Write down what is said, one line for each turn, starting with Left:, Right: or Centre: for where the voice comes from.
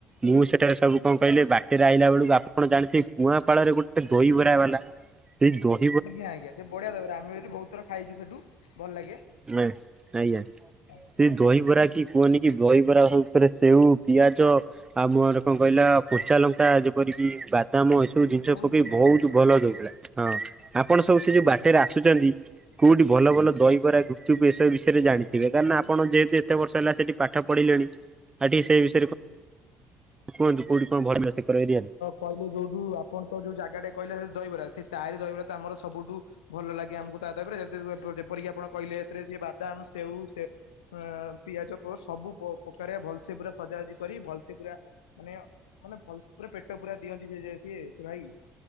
Right: ମୁଁ ସେଠାରେ ସବୁ କଣ କହିଲି ବାଟରେ ଆଇଲା ବେଳକୁ ଆ ଆପଣ ଜାଣିଥିବେ କୁଆଁପାଳ ରେ ଗୋଟେ ଦହି ବରା ବାଲା ସେଇ ଦହି-
Left: ଆଜ୍ଞା ଆଜ୍ଞା ସେ ବଢିଆ ଦହିବରା। ଆମେ ବିସେଠୁ ବହୁତ୍ ଥର ଖାଇଚୁ ସେଠୁ ଭଲ ଲାଗେ।
Right: ଆଜ୍ଞା।
Left: ହଁ <inaudible>
Right: ସେ ଦହିବରା କି କୁହନି କି ବହିବରା ଉପରେ ସେଉ ପିଆଜ ଆଉ ମୋର କଣ କହିଲା
Left: ଆଜ୍ଞା ଆଜ୍ଞା
Right: କଞ୍ଚା ଲଙ୍କା ଯେପରିକି ବା ତମୁଁ ଏସବୁ
Left: ଆଜ୍ଞା
Right: ଜିନିଷ
Left: ବହୁତ
Right: ପକେଇ
Left: ବଢିଆ
Right: ବହୁତ୍
Left: ଦହିବରା କରନ୍ତି
Right: ଭଲଦେଉଥିଲା। ହଁ ଆପଣ
Left: ଆଜ୍ଞା
Right: ସବୁ ସେ
Left: ବହୁତ
Right: ଯୋଉ ବାଟରେ
Left: ବଢିଆ କରନ୍ତି
Right: ଆସୁଚନ୍ତି। କୋଉଠି ଭଲ ଭଲ ଦହିବରା ଗୁ ଠୁ ଏ ବିଷୟରେ ଜାଣିଥିବେ।
Left: ସେଇଠି
Right: କାରଣ
Left: ଆମର
Right: ଆପଣ ଯେହେତୁ ଏତେ ବର୍ଷ ହେଲା ସେଠି ପାଠ ପଢିଲେଣି ଆଉ ଟିକିଏ
Left: ଆଜ୍ଞା
Right: ସେ
Left: ଆଜ୍ଞା।
Right: କୁହନ୍ତୁ କୋଉଠି କଣ ଭଲ ସେକର ଏରିଆ
Left: କହିଲୁ ଯୋଉଠୁ ଆପଣ ତ ଯୋଉ ଜାଗାଟା କହିଲେ ସେ ଦହିବରା ସେ ତାରି ଦହିବରା ତ ଆମର ସବୁଠୁ ଭଲ ଲାଗେ ଆମକୁ ତା ଦହିବରା ଯେମିତିକି ଯେପରିକି ଆପଣ କହିଲେ ଏଥିରେ ସିଏ ବାଦାମ ସେଉ ସେ ଅଁ ପିଆଜ ବ ସବୁ ପ୍ରକାରିଆ ଭଲସେ ପୁରା ସଜା ସଜି କରି ଭଲସେ ପୁରା ମାନେ ମାନେ ଭଲ ପୁରା ପେଟ ପୁରା ଦିଅନ୍ତି ସେ ସିଏ ସେ ଭାଇ